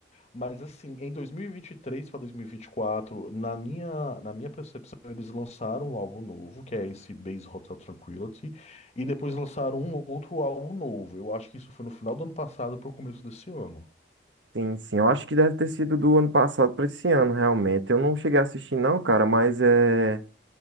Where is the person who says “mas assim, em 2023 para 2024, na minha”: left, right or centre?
Left